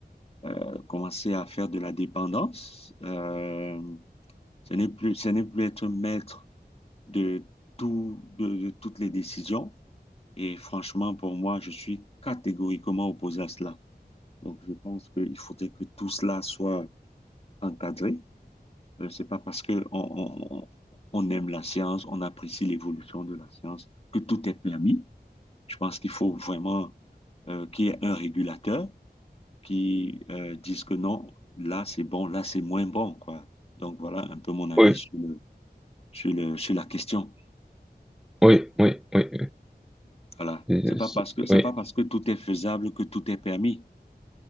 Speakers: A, on the left; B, in the centre.
A: euh, commencer à faire de la dépendance. Euh, ce n'est plus, ce n'est plus être maître de tout, de, de toutes les décisions. Et franchement, pour moi, je suis catégoriquement opposé à cela. Donc, je pense qu'il faudrait que tout cela soit encadré. Euh, c'est pas parce que on, on, on aime la science, on apprécie l'évolution de la science, que tout est permis. Je pense qu'il faut vraiment euh, qu'il y ait un régulateur qui euh, disent que non, là c'est bon, là c'est moins bon, quoi. Donc voilà un peu mon avis
B: Oui,
A: sur le, sur le, sur la question.
B: oui, oui, oui,
A: Voilà.
B: Je-
A: C'est pas
B: je-
A: parce que, c'est
B: oui,
A: pas parce que tout est faisable que tout est permis.